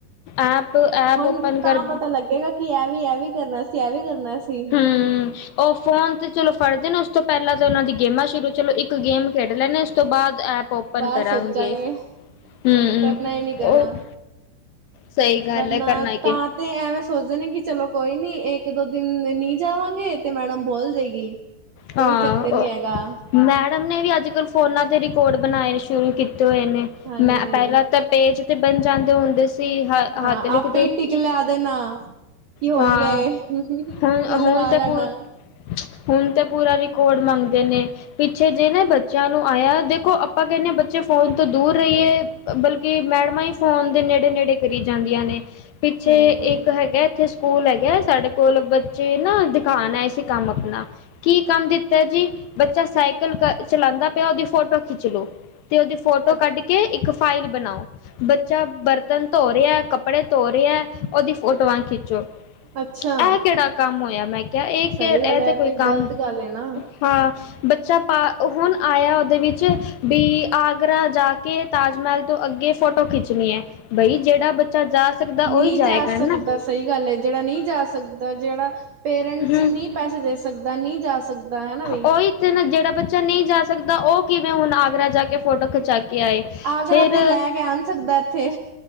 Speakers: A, on the left (about 75°); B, on the right (about 55°).
A: ਐਪ ਐਪ
B: ਹੁਣ
A: ਓਪਨ ਕਰ।
B: ਤਾਂ ਪਤਾ ਲੱਗੇਗਾ ਕਿ ਐ ਵੀ ਇਹ ਵੀ ਕਰਨਾ ਸੀ ਐ ਵੀ ਕਰਨਾ ਸੀ।
A: ਹੂੰ, ਉਹ ਫੋਨ ਤੇ ਚਲੋ ਫੜਦੇ ਨੇ ਉਸ ਤੋਂ ਪਹਿਲਾਂ ਤਾਂ ਉਹਨਾਂ ਦੀ ਗੇਮਾਂ ਸ਼ੁਰੂ ਚਲੋ ਇੱਕ ਇੱਕ ਗੇਮ ਖੇਡ ਲੈਂਦੇ ਉਸ ਤੋਂ ਬਾਅਦ ਐਪ ਓਪਨ
B: ਬਾਅਦ
A: ਕਰਾਂਗੇ।
B: ਸੋਚਾਂਗੇ
A: ਹੂੰ,
B: ਕਰਨਾ ਹੀ ਨਹੀਂ ਕਰਨਾ
A: ਉਹ ਸਹੀ ਗੱਲ
B: ਵਰਨਾ
A: ਹੈ ਕਰਨਾ
B: ਤਾਂ
A: ਕਿ
B: ਤੇ ਐਵੇਂ ਸੋਚਦੇ ਨੇ ਕਿ ਚਲੋ ਕੋਈ ਨੀ ਇੱਕ ਦੋ ਦਿਨ ਨਹੀਂ ਜਾਵਾਂਗੇ ਤੇ ਮੈਡਮ ਬੋਲ ਦੇਗੀ।
A: ਹਾਂ,
B: ਕੋਈ ਚੱਕਰ ਨੀ ਹੈਗਾ
A: ਮੈਡਮ ਨੇ ਵੀ ਅੱਜ ਕੱਲ੍ਹ ਫੋਨਾਂ ਦੇ ਰਿਕਾਰਡ ਬਣਾਏ ਸ਼ੁਰੂ ਕੀਤੇ ਹੋਏ ਨੇ
B: ਹਾਂਜੀ
A: ਮੈਂ ਪਹਿਲਾਂ ਤਾਂ ਪੇਜ ਤੇ ਬਣ ਜਾਂਦੇ ਹੁੰਦੇ ਸੀ ਹ
B: ਹਾਂ
A: ਹੱਥ ਲਿੱਖ,
B: ਆਪੇ ਹੀ ਟਿਕ ਲਿਆ ਦੇਣਾ ਕੀ ਹੋ
A: ਹਾਂ,
B: ਗਿਆ ਏ
A: ਹੁਣ
B: ਯਾ ਲਵਾ
A: ਹੁਣ
B: ਲੈਣਾ
A: ਤੇ ਪ ਹੁਣ ਤੇ ਪੂਰਾ ਰਿਕਾਰਡ ਮੰਗਦੇ ਨੇ। ਪਿੱਛੇ ਜੇ ਨਾ ਬੱਚਿਆਂ ਨੂੰ ਆਇਆ ਦੇਖੋ ਆਪਾਂ ਕਹਿੰਦੇ ਹਾਂ ਬੱਚੇ ਫੋਨ ਤੋਂ ਦੂਰ ਰਹੀਏ। ਬਲਕਿ ਮੈਡਮਾਂ ਹੀ ਫੋਨ ਦੇ ਨੇੜੇ ਨੇੜੇ ਕਰੀ ਜਾਂਦੀਆਂ ਨੇ। ਪਿੱਛੇ
B: ਹਾਂਜੀ
A: ਇੱਕ ਹੈਗਾ ਇੱਥੇ ਸਕੂਲ ਹੈਗਾ ਸਾਡੇ ਕੋਲ ਬੱਚੇ ਨਾ। ਸਿਖਾਣਾ ਅਸੀਂ ਕੰਮ ਆਪਣਾ ਕੀ ਕੰਮ ਦਿੱਤਾ ਜੀ ਬੱਚਾ ਸਾਈਕਲ ਚਲਾਂਦਾ ਉਹਦੀ ਫੋਟੋ ਖਿੱਚ ਲੋ ਤੇ ਉਹਦੀ ਫੋਟੋ
B: ਅ
A: ਕੱਢ ਕੇ ਇੱਕ ਫਾਈਲ ਬਣਾਓ ਬੱਚਾ ਵਰਤ ਬਰਤਨ ਧੋ ਰਿਹਾ, ਕੱਪੜੇ ਧੋ ਰਿਹਾ, ਉਹਦੀ ਫੋਟੋਆਂ ਖਿੱਚੋ।
B: ਅੱਛਾ
A: ਇਹ ਕਿਹੜਾ ਕੰਮ ਹੋਇਆ ਮੈਂ ਕਿਹਾ ਇਹ
B: ਸਹੀ
A: ਇਹ
B: ਗੱਲ ਹੈ
A: ਤੇ ਕੋਈ
B: ਗ਼ਲਤ
A: ਕੰਮ
B: ਗੱਲ ਹੈ ਨਾ।
A: ਹਾਂ, ਬੱਚਾ ਪਾ ਹੁਣ ਆਇਆ ਉਹਦੇ ਵਿੱਚ ਵੀ ਆਗਰਾ ਜਾ ਕੇ ਤਾਜ ਮਹਿਲ ਤੋਂ ਅੱਗੇ ਫੋਟੋ ਖਿੱਚਣੀ ਐ ਬਈ ਜਿਹੜਾ ਬੱਚਾ ਜਾ ਸਕਦਾ
B: ਨਹੀਂ
A: ਉਹੀ ਜਾਏਗਾ
B: ਜਾ ਸਕਦਾ
A: ਨਾ
B: ਸਹੀ ਗੱਲ ਐ ਜਿਹੜਾ ਨਹੀਂ ਜਾ ਸਕਦਾ ਜਿਹੜਾ ਪੇਰੈਂਟਸ
A: ਹਮ
B: ਨਹੀਂ ਪੈਸੇ ਦੇ ਸਕਦਾ ਨਹੀਂ ਜਾ ਸਕਦਾ ਹਨਾ ਬਈ।
A: ਉਹੀ ਨਾ ਜਿਹੜਾ ਬੱਚਾ ਨਹੀਂ ਜਾ ਸਕਦਾ ਉਹ ਕਿਵੇਂ ਹੁਣ ਆਗਰਾ ਜਾ ਕੇ ਫੋਟੋ ਖਿੱਚ ਚਾ ਕੇ ਆਏ
B: ਆਗਰਾ
A: ਫਿਰ,
B: ਤੇ ਲੈ ਕੇ ਆਣ ਸਕਦਾ ਇੱਥੇ